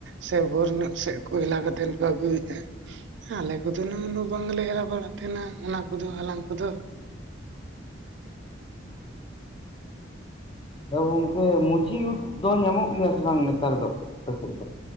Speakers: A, on the right (about 65°); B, on the left (about 25°).
A: ᱥᱮ ᱵᱷᱳᱨ ᱧᱚᱜ ᱥᱮᱫ ᱠᱚ ᱦᱮᱞᱟᱣ ᱠᱟᱛᱮᱱ ᱠᱚ ᱟᱹᱜᱩᱭᱮᱫ-ᱟ, ᱟᱞᱮ ᱠᱚᱫᱚ ᱱᱚᱜ-ᱚ ᱵᱟᱝᱞᱮ ᱦᱮᱞᱟᱣ ᱵᱟᱲᱟᱜ ᱛᱟᱦᱮᱸᱱᱟ ᱚᱱᱟ ᱠᱚᱫᱚ ᱦᱟᱞᱟᱝ ᱠᱚᱫᱚ᱾
B: ᱟᱫᱚ ᱜᱚᱝᱠᱮ ᱢᱩᱪᱤ ᱩᱫ ᱫᱚ ᱧᱟᱢᱚᱜ ᱜᱮᱭᱟ ᱥᱮ ᱵᱟᱝ ᱱᱮᱛᱟᱨ ᱫᱚ, ᱟᱯᱮ ᱥᱮᱫ ᱫᱚ?